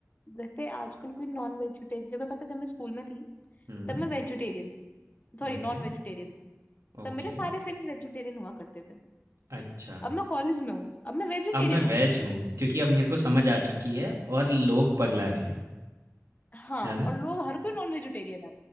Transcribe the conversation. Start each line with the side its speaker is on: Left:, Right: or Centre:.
Left: वैसे आजकल कोई नॉन वेजिटेरियन जब मैं पता है, जब मैं स्कूल में थी
Right: हुँ।
Left: तब मैं वेजिटेरियन थी सॉरी
Right: Okay,
Left: नॉन वेजिटेरियन थी
Right: okay.
Left: तब मेरे सारे फ्रेंड्स वेजिटेरियन हुआ करते थे
Right: अच्छा,
Left: अब मैं कॉलेज में हूँ अब मैं वेजिटेरियन
Right: अब मैं वेज
Left: हो चुकी
Right: हूँ
Left: हूँ
Right: क्योंकि अब मेरे को समझ आ चुकी है और लोग पगला गए हैं,
Left: हाँ
Right: है
Left: और
Right: ना?
Left: लोग हर कोई नॉन वेजिटेरियन है